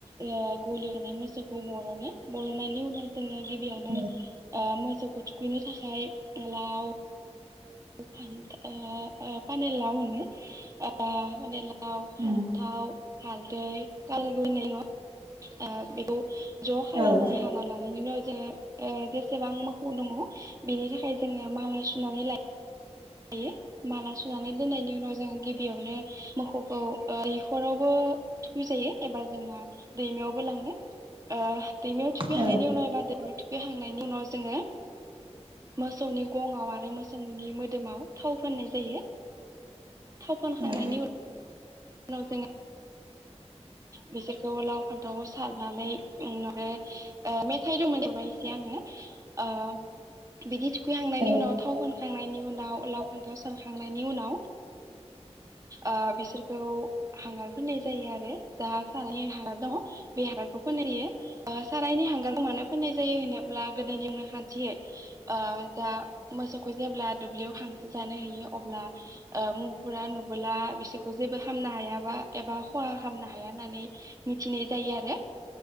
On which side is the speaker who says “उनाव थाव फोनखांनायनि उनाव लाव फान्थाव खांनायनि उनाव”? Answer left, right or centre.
Right